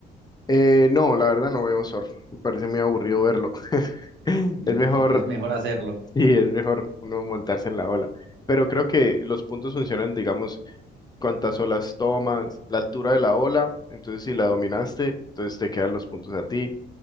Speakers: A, on the left; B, on the right.
A: Eh, no, la verdad no veo surf. Me parece muy aburrido verlo. <laughs>
B: <laughs>
A: Es mejor,
B: es mejor hacerlo.
A: y es mejor uno montarse en la ola. Pero creo que los puntos funcionan, digamos, cuántas olas tomas, la altura de la ola. Entonces, si la dominaste, entonces te quedan los puntos a ti.